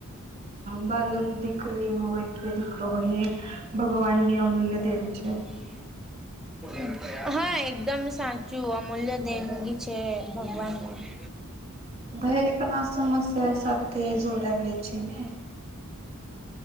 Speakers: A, on the right; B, in the centre.
A: બ બાળક દીકરી હોય કે દીકરો હોય એ ભગવાનની અમૂલ્ય દેન છે.
B: <inaudible> હા એકદમ સાચું અમૂલ્ય દેનગી છે ભગવાનમાં <inaudible>
A: દહેજ પણ આ સમસ્યા સાથે જોડાયલી છે ને